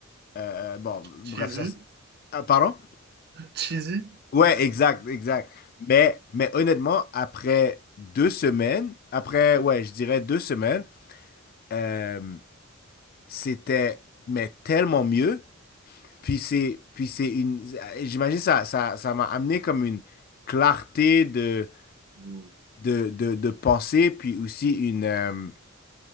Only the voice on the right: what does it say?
cheesy,
cheesy.
Hmm.